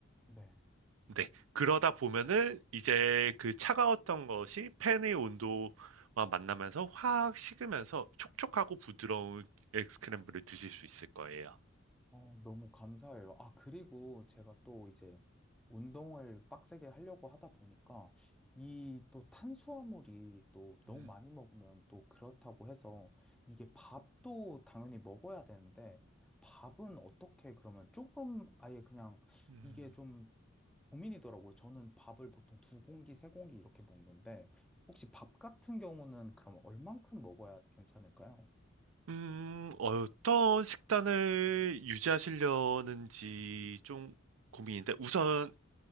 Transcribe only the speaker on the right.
네. 그러다 보면은 이제 그 차가웠던 것이 팬의 온도와 만나면서 확 식으면서 촉촉하고 부드러운 엑 스크램블을 드실 수 있을 거예요.
음,
음.
음, 어떤 식단을 유지하시려는지 좀 고민인데, 우선,